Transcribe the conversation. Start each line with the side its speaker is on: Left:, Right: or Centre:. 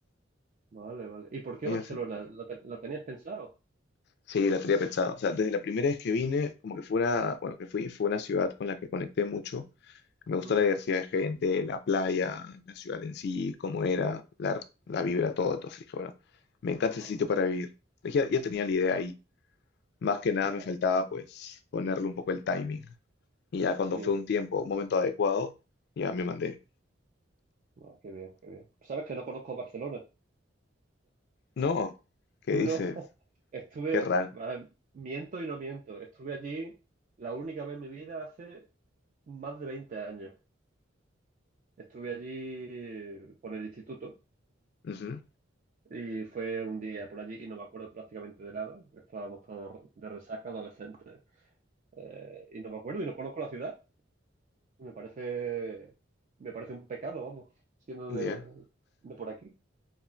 Right: vale, vale. ¿Y por qué
Left: Y
Right: Barcelona?
Left: ya sé.
Right: ¿La, te- la tenías pensado?
Left: Sí, la tenía pensado. O sea, desde la primera vez que vine, como que fue una, bueno, que fui, fue una ciudad con la que conecté mucho. Me gustó
Right: Mm,
Left: la diversidad de gente, la playa, la ciudad en sí, cómo era, la, la vibra, todo. Entonces dije, bueno, me encanta
Right: ah,
Left: ese sitio para vivir. Ya, ya tenía la idea ahí. Más que nada
Right: vale.
Left: me faltaba pues ponerle un poco el timing. Y ya cuando
Right: Sí,
Left: fue
Right: sí.
Left: un tiempo, un momento adecuado, ya me mandé.
Right: Ah, qué bien, qué bien. Sabes que no conozco Barcelona.
Left: No, ¿qué
Right: No,
Left: dices?
Right: <laughs> estuve,
Left: Qué raro.
Right: a ver, miento y no miento, estuve allí la única vez en mi vida hace más de 20 años. Estuve allí por el instituto
Left: Ujú,
Right: y fue un día por allí y no me acuerdo prácticamente de nada. Estábamos todos de resaca, adolescentes. Eh, y no me acuerdo y no conozco la ciudad. me parece, me parece un pecado, vamos, siendo
Left: Ya.
Right: de, de por aquí.